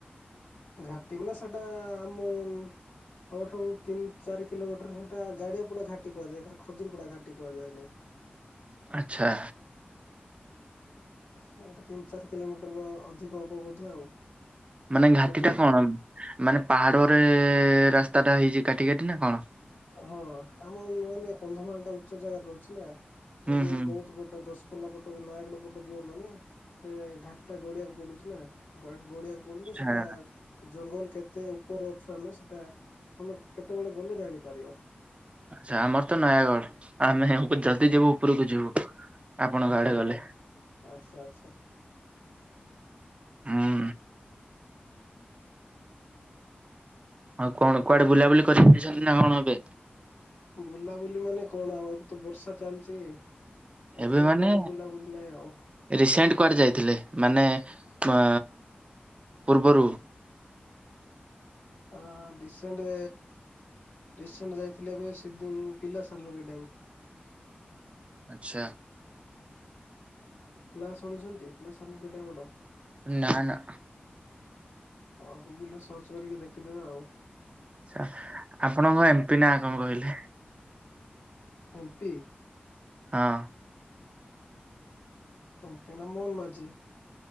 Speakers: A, on the left; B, on the right.
A: ଘାଟି ରାସ୍ତାଟା ଆମ ଆମ ଠାରୁ ତିନ୍ ଚାରି କିଲୋମିଟର ସେଇଟା ଗାଡିଆ ପଡା ଘାଟି କୁହାଯାଏ <unintelligible> ଖଜୁରୀପଡା ଘାଟି କୁହାଯାଏନି।
B: ଆଚ୍ଛା।
A: ସେଇଟା ତିନି ଚାରି କିଲୋମିଟର ର ଅଧିକ ହବ ବୋଧେ ଆଉ।
B: ମାନେ ଘାଟି
A: ଖଜୁରୀପଡାଠୁ
B: ଟା କଣ? ମାନେ ପାହାଡରେ ରାସ୍ତା ଟା ହେଇଚି କାଟି କାଟି ନା କଣ?
A: ହଁ ଆମ ନୂଆ ନାଇଁ କନ୍ଧମାଳ ଟା ଉଚ୍ଚ ଜାଗାରେ ରହୁଚି ନା ଯଦି
B: ହୁଁ ହୁଁ
A: ବୌଦ୍ ପଟ ଦଶପଲ୍ଲା ପଟେ ନୟାଗଡ ପଟେ ଯିବ ମାନେ ସେ ଘାଟି ଟା ଗଡିଆକୁ ପଡୁଛି ନା। ଗା-ଗଡିଆକୁ ପଡିଲେ
B: ଆଚ୍ଛା
A: ସେଟା ଜଙ୍ଗଲ କେତେ ଉପରେ ଅଛୁ ଆମେ ସେଟା ତମେ କେତେବେଳେ ଗଲେ ଜାଣିପାରିବ।
B: ଆଚ୍ଛା ଆମର ତ ନୟାଗଡ ଆମେ ଯଦି ଯିବୁ ଉପୁରୁକୁ ଯିବୁ। ଆପଣଙ୍କ ଆଡେ
A: ହଁ
B: ଗଲେ।
A: ଆଚ୍ଛା ଆଚ୍ଛା।
B: ହୁଁ। ଆଉ କଣ କୁଆଡେ ବୁଲା ବୁଲି କରି ଯାଇଛନ୍ତି ନା କଣ ଏବେ?
A: ବୁଲା ବୁଲି ମାନେ କଣ ଆଉ ଏବେ ତ ବର୍ଷା ଚାଲଚି। ଏଥିପାଇଁ
B: ଏବେ ମାନେ
A: କୁଆଡେ ବୁଲା ବୁଲି ନାଇଁ ଆଉ।
B: ରିସେଣ୍ଟ କୁଆଡେ ଯାଇଥିଲେ ମାନେ ଅଁ ପୂର୍ବରୁ?
A: ଅ ଡିସେଣ୍ଟ ରିସେଣ୍ଟ ଯାଇଥିଲି ଏବେ ସିଦି ଉଁ ପିଲା ସାଲୁକି ଡ୍ୟାମ୍।
B: ଆଚ୍ଛା।
A: ନାଁ ଶୁଣିଛନ୍ତି ପିଲା ସାଲୁକେ ଡ୍ୟାମ ର?
B: ନା ନା।
A: ଅ ଗୁଗୁଲ୍ ରେ ସର୍ଚ୍ଚ କରିକି ଦେଖିଦେବେ ଆଉ।
B: ଆଚ୍ଛା ଆପଣଙ୍କ ଏମ୍ ପି ନାଁ କଣ କହିଲେ?
A: M P?
B: ହଁ।
A: ଏମପି ନା ମୋହନ ମାଝି।